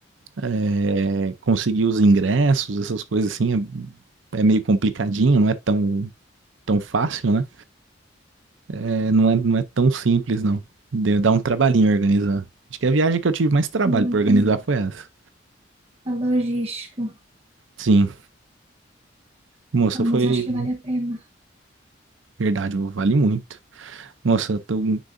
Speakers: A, on the right; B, on the right.
A: É, consegui os ingressos, essas coisas assim, é, é meio complicadinho, não é tão, tão fácil, né? É, não é, não é tão simples, não. Deu- Dá um trabalhinho organizar. Acho que a viagem que eu tive mais trabalho
B: Não
A: para
B: entendi.
A: organizar foi essa.
B: A logística.
A: Sim, moça,
B: Ah, mas
A: foi
B: acho que vale a pena.
A: verdade, vale muito. Nossa, eu tô-